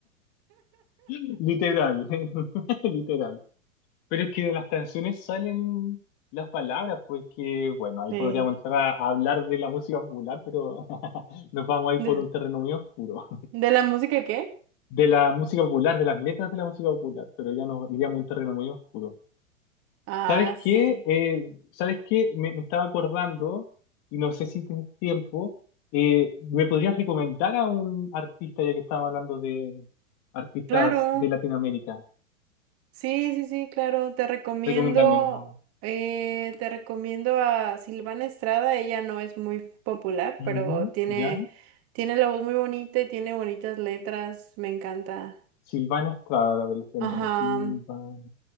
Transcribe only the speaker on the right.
Sí.
¿De,
de la música qué?
Ah,
sí,
claro.
Sí, sí, sí, claro. Te recomiendo,
eh, te recomiendo a Silvana Estrada. Ella no es muy popular,
pero tiene,
tiene la voz muy bonita y tiene bonitas letras. Me encanta.
Ajá,